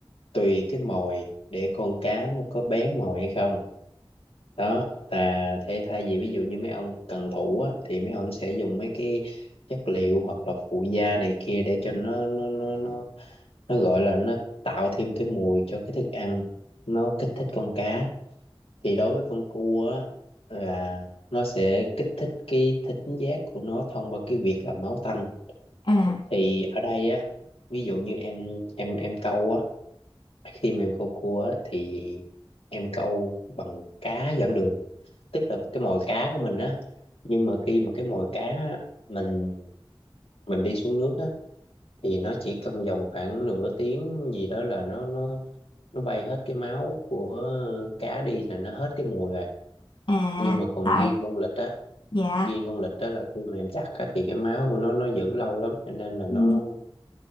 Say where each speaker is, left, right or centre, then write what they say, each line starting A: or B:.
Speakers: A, on the left (about 85°); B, on the left (about 60°).
A: tùy cái mồi để con cá nó có bén mồi hay không đó ta thế thay vì ví dụ như mấy ông cần thủ á thì mấy ông sẽ dùng mấy cái chất liệu hoặc là phụ gia này kia để cho nó nó nó nó nó gọi là nó tạo thêm cái mùi cho cái thức ăn nó kích thích con cá thì đối với con cua á là nó sẽ kích thích cái thính giác của nó thông qua cái việc là máu tanh
B: à
A: thì ở đây á ví dụ như em em em câu á khi mà em câu cua á thì em câu bằng cá vẫn được tức là cái mồi cá của mình á nhưng mà khi mà cái mồi cá á, mình mình đi xuống nước á thì nó chỉ trong vòng khoảng nửa tiếng gì đó là nó nó nó bay hết cái máu của cá đi là nó hết cái mùi rồi
B: à
A: nhưng mà còn
B: tại
A: riêng con vịt á
B: dạ
A: riêng con vịt á là khi mà em chặt á thì cái máu của nó nó giữ lâu lắm cho nên là nó
B: Ừ.